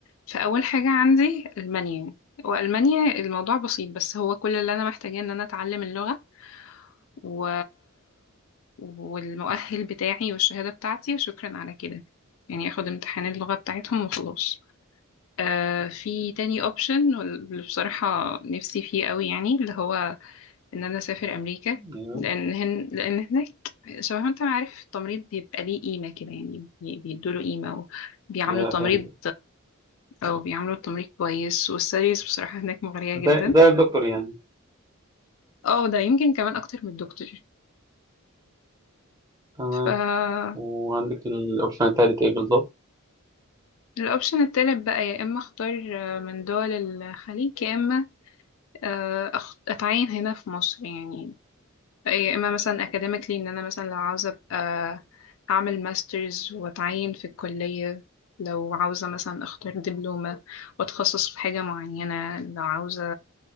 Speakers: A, on the left; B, on the right.
A: فأول حاجة عندي ألمانيا وألمانيا الموضوع بسيط بس هو كل اللي أنا محتاجاه إن أنا أتعلم اللغة و... والمؤهل بتاعي والشهادة بتاعتي وشكرا على كده يعني أخد امتحان اللغة بتاعتهم وخلاص آه في تاني أوبشن واللي بصراحة نفسي فيه قوي يعني اللي هو إن أنا أسافر أمريكا
B: ايوه
A: لأن هن... لأن هناك شبه ما أنت عارف التمريض بيبقى ليه قيمة كده يعني بي- بيدوله قيمة وبيعاملوا
B: ايوه
A: تمريض
B: فهمت
A: او بيعملوا التمريض كويس والسيريز بصراحة هناك مغرية
B: زي
A: جدا
B: زي الدكتور يعني
A: اه ده يمكن كمان اكتر من الدكتور
B: تمام
A: ف
B: وعندك الاوبشن التالت ايه بالظبط
A: الاوبشن التالت بقى يا اما اختار آه، من دول الخليج يا اما آه، أخ- اتعين هنا في مصر يعني يا اما مثلا اكاديميكلي ان انا مثلا لو عاوزة ابقى اعمل ماسترز واتعين في الكلية لو عاوزة مثلا اختار دبلومة واتخصص في حاجة معينة لو عاوزة